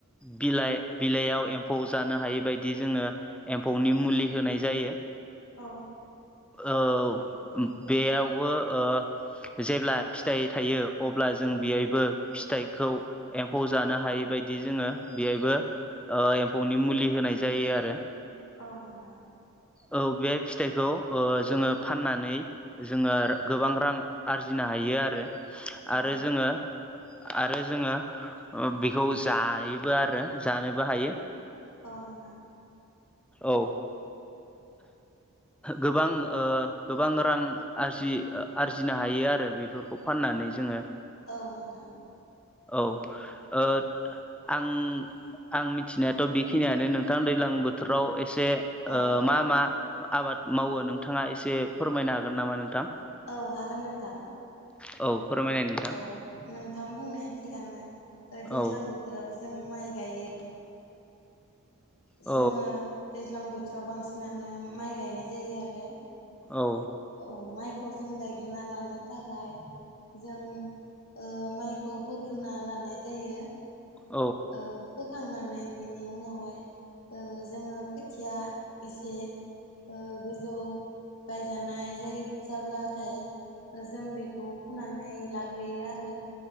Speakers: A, in the centre; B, on the left.
A: बिलाइ बिलाइयाव एम्फौ जानो हायै बायदि जोङो एम्फौनि मुलि
B: औ
A: होनाय जायो।
B: औ नोंथां औ नोंथां औ
A: औ बेयावबो ओ जेब्ला फिथाइ थायो अब्ला जों बियाइबो फिथाइखौ एम्फौ जानो हायिबायदि जोङो बिहायबो एम्फौनि मुलि होनाय जायो आरो।
B: औ नोंथां।
A: औ बे फिथाइखौ ओ जोङो फाननानै जोङो गोबां रां आरजिनो हायो आरो
B: औ
A: आरो जोङो आरो जोङो बेखौ जायोबो आरो जानोबो हायो।
B: औ नोंथां।
A: औ। गोबां ओ गोबां रां आरजि आरजिनो हायो आरो बेफोर खौ फाननानै जोङो।
B: औ नोंथां।
A: औ ओ आं आं मिथिनायाथ' बेखिनियानो नोंथां दैज्लां बो बोथोराव एसे
B: औ
A: ओ मा मा आबाद मावो नोंथाङा एसे फोरमायनो हागोन नामा नोंथां?
B: औ हागोन नोंथां।
A: औ। फोरमायनाय नोंथां
B: औ नोंथां बुंनाया थिगानो दा दैज्लां
A: औ
B: बो जेराव जों माइ गायो।
A: औ
B: जोङो दैज्लां बोथोराव बांसिनानो माइ गायनाय जायो आरो।
A: औ।
B: औ माइखौ जों गायग्रोना लानो थाखाय जों ओ माइखौ फोग्रोना लानाय जायो।
A: औ
B: ओ फोखांनानै बिनि उनावहाय जोङो खोथिया एसे ओ गोजौ गायजानाय जायो जाब्लाथाय ओ जों बेखौ फुनानै लाग्रोयो आरो।